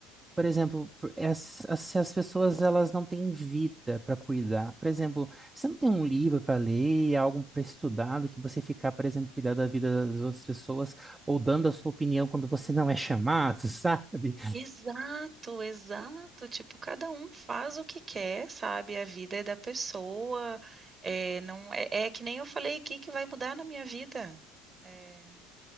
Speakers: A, on the right; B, on the right.
A: por exemplo, por- as- as- se as pessoas elas não têm vida para cuidar. Por exemplo, você não tem um livro para ler, algo para estudar, do que você ficar, por exemplo, cuidar da vida das outras pessoas ou dando a sua opinião quando você não é chamado, <laughs> sabe?
B: Exato, exato. Tipo, cada um faz o que quer, sabe? A vida é da pessoa. É, não é, é que nem eu falei aqui que vai mudar na minha vida. É,